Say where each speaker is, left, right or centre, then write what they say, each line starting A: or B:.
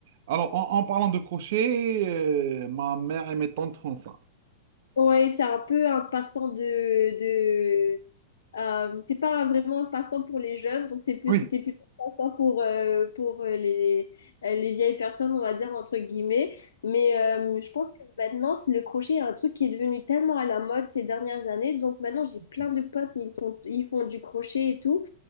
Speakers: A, on the right; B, on the left.
A: Alors, en, en parlant de crochet, euh, ma mère et mes tantes font ça.
B: Ouais, c'est un peu un passe-temps de, Euh, c'est pas un- vraiment un passe-temps pour les jeunes, donc c'est plus,
A: Oui.
B: c'était plutôt un passe-temps pour, euh, pour euh, les, les, les vieilles personnes, on va dire, entre guillemets. Mais euh, je pense que maintenant, c'est le crochet est un truc qui est devenu tellement à la mode ces dernières années. Donc maintenant, j'ai plein
A: Ok.
B: de potes, ils font, ils font du crochet et tout.